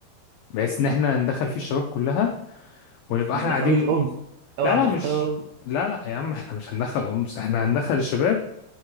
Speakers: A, on the left (about 85°); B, on the right (about 80°).
A: بحيث ان احنا ندخل فيه الشباب كلها ونبقى
B: بس ما
A: احنا
B: تدخلوش
A: قاعدين
B: أمس اوعى
A: لا لا
B: تدخلهم
A: مش لا لا يا عم احنا مش هندخل امس احنا هندخل الشباب